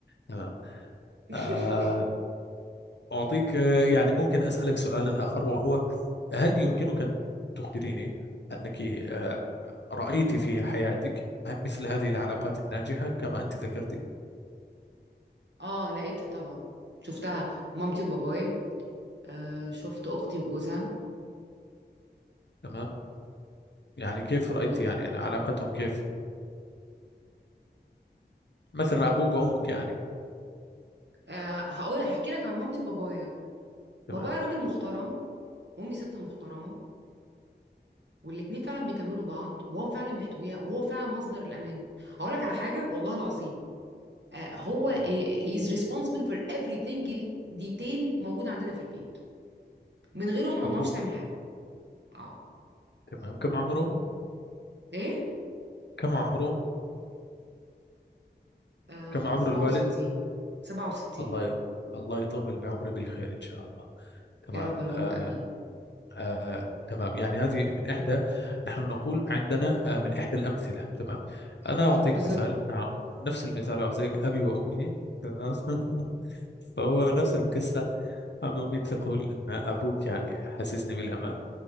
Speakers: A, on the left (about 75°); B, on the right (about 75°).
A: تمام
B: <laughs>
A: آه، أعطيك آه، يعني ممكن أسألك سؤالا آخر وهو هل يمكنك أن تخبريني أنك آه، رأيت في حياتك مثل هذه العلاقات الناجحة كما أنت ذكرتي
B: اه لقيتها طبعا شفتها مامتي وبابايا آه شفت اختي وجوزها
A: تمام يعني كيف
B: و...
A: رأيت يعني, يعني علاقتهم كيف مثلا أبوك وأمك يعني
B: آه هقول هحكي لك عن مامتي وبابايا بابايا
A: تمام
B: راجل محترم وامي ست محترمه والاتنين فعلا بيكملوا بعض وهو فعلا محتويها وهو فعلا مصدر الامان هقول لك على حاجه والله العظيم آه هو
A: مم.
B: آه، he is responsible for everything detail موجود عندنا في البيت من غيره احنا ما
A: أبوك
B: بنعرفش نعمل حاجه اه
A: تمام كم عمره
B: ايه
A: كم عمره
B: آه
A: كم عمر
B: 67
A: الوالد
B: 67
A: الله ي- الله يطول بعمري بالخير إن شاء الله تمام
B: يا رب اللهم
A: آه،
B: امين
A: آه، تمام يعني هذه من إحدى نحن نقول عندنا آه، من إحدى الأمثلة تمام أنا أعطيك
B: بالظبط
A: مثال نعم نفس المثال أعطيك أبي وأمي تمام <laughs> فهو نفس القصة عم أمي تقول إن أبوك يعني حسسني بالأمان